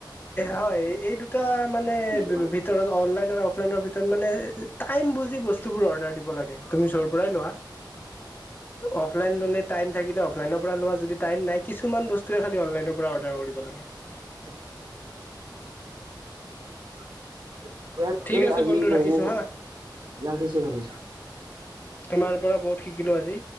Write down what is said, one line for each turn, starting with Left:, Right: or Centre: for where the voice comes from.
Left: হয় এই দুটা মানে
Right: কিছুমান
Left: ভিতৰত অনলাইন অফলাইনৰ ভিতৰত মানে টাইম বুজি বস্তুবোৰ অৰ্ডাৰ দিব লাগে তুমি যৰ পৰাই লোৱা। অফলাইন ললে টাইম থাকিলে অফলাইনৰ পৰা লোৱা। য টাই নাই কিছুমান বস্তুহে খালি অনলাইনৰ পৰা অৰ্ডাৰ কৰিব লাগে।
Right: <inaudible> <inaudible> সয়াত
Left: ঠিক
Right: কেই
Left: আছে
Right: আজি
Left: বন্ধু
Right: বহ
Left: ৰাখিছো হা
Right: ৰাখিছো ৰাখিছো
Left: তোমাৰ পৰা বহুত শিকিলো আজি